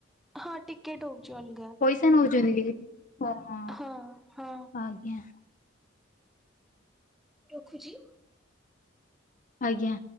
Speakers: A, in the centre; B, on the left.
A: ହଁ ଟିକେଟ୍ ହଉଚି ଅଲଗା।
B: କେତେ ନଉଛନ୍ତି ଟିକେଟେ୍? ଓହୋ
A: ହଁ ହଁ।
B: ଆଜ୍ଞା।
A: ରଖୁଛି।
B: ଆଜ୍ଞା।